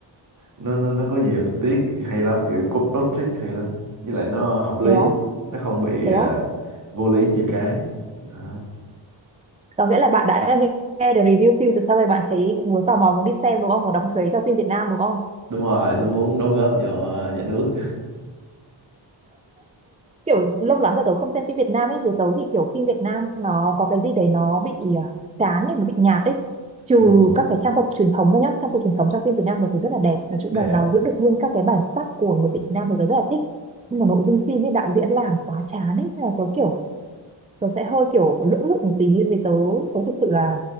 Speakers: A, on the right; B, on the right.
A: nó, nó nó có nhiều tình tiết hay lắm kiểu có plot twist hay lắm với lại nó hợp lý
B: thế á
A: nó không bị
B: thế
A: ờ,
B: á
A: vô lý nhiều cái đó
B: có nghĩa là bạn đã nghe, nghe được review phim rồi sau rồi bạn thấy cũng muốn tò mò muốn đi xem đúng không muốn đọc thuế cho phim Việt Nam đúng không
A: đúng rồi tôi muốn đóng góp cho nhà nước
B: kiểu lâu lắm rồi tớ không xem phim Việt Nam ấy với tớ thì kiểu phim Việt Nam nó có cái gì đấy nó bị à, chán ấy nó bị nhạt ấy trừ
A: <laughs> ừ,
B: các cái trang phục truyền thống ra nhá trang phục truyền thống trong phim Việt Nam thì thấy rất là đẹp nói chung
A: đẹp
B: là nó giữ được nguyên các cái bản sắc của người Việt Nam thì tớ rất là thích nhưng mà nội dung phim ấy đạo diễn làm quá chán ấy thế là tớ kiểu tớ sẽ hơi kiểu lưỡng lự một tí vì tớ tớ thực sự là